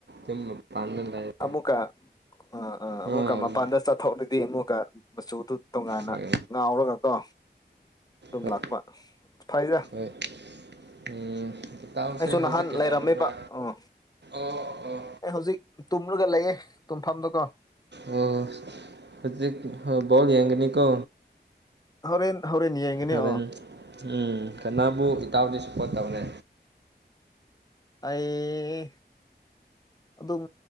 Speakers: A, on the right; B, on the left.
A: ꯌꯨꯝ ꯃꯄꯥꯟꯗ ꯂꯩ
B: ꯑꯃꯨꯛꯀ ꯑ
A: ꯑ
B: ꯃꯄꯥꯟꯗ ꯆꯥꯊꯣꯛꯂꯗꯤ ꯑꯃꯨꯛꯀ ꯃꯆꯨꯗꯨ ꯇꯣꯉꯥꯟꯅ
A: ꯍꯣꯏ
B: ꯉꯥꯎꯔꯒ ꯀꯣ ꯑꯗꯨꯝ
A: ꯍꯣꯏ
B: ꯂꯥꯛꯄ ꯐꯩꯗ
A: ꯍꯣꯏ ꯎꯝ ꯏꯇꯥꯎꯁꯦ
B: ꯑꯩꯁꯨ
A: ꯍꯧꯖꯤꯛ
B: ꯅꯍꯥꯟ
A: ꯀꯩꯗꯧꯔꯤꯕ꯭ꯔꯥ
B: ꯂꯩꯔꯝꯃꯦꯕ ꯑꯥ
A: ꯑꯣ ꯑꯣ
B: ꯑꯩ ꯍꯧꯖꯤꯛ ꯇꯨꯝꯂꯒ ꯂꯩꯌꯦ ꯇꯨꯝꯐꯝꯗꯀꯣ
A: ꯑꯣ ꯍꯧꯖꯤꯛ ꯕꯣꯜ ꯌꯦꯡꯒꯅꯤꯀꯣ
B: ꯍꯣꯔꯦꯟ ꯍꯣꯔꯦꯟ ꯌꯦꯡꯒꯅꯤ
A: ꯍꯣꯔꯦꯟ
B: ꯑꯣ
A: ꯎꯝ ꯀꯅꯥꯕꯨ ꯏꯇꯥꯎꯗꯤ ꯁ꯭ꯄꯣꯔꯠ ꯇꯧꯔꯦ
B: ꯑꯩ ꯑꯗꯨꯝ